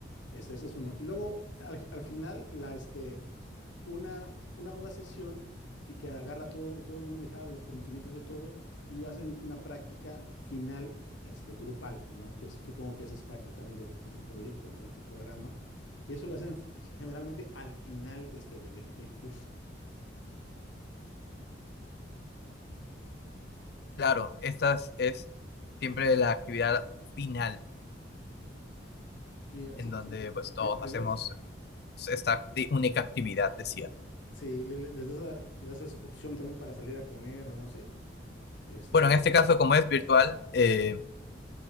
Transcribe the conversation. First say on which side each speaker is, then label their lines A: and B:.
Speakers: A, on the left (about 80°); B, on the left (about 55°).
A: Este, ese es uno. Y luego, al, al final, la, este, una, una, una sesión que, que agarra a todo, todo el mundo y jala los conocimientos de todos y hacen una práctica final este, grupal, ¿no? Que es- supongo que esa es parte también de tu, de tu proyecto, ¿no? De tu programa. Y eso lo hacen g- generalmente al final de este, de- del, del curso.
B: Claro, esta es siempre la actividad final,
A: Sí, así-
B: en donde
A: así,
B: pues todos
A: le- les
B: hacemos
A: das,
B: esta acti- única actividad, decía.
A: sí, le- le- les das, la- le haces opción también para salir a comer o no sé. Este,
B: Bueno, en este caso, como es virtual, eh,